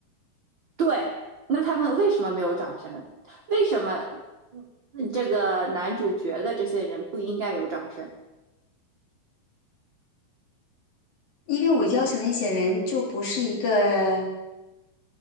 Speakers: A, on the right (about 70°); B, on the left (about 65°).
A: 对，那他们为什么没有掌声？为什么嗯这个男主角的这些人不应该有掌声？
B: 因为我邀请的一些人就不是一个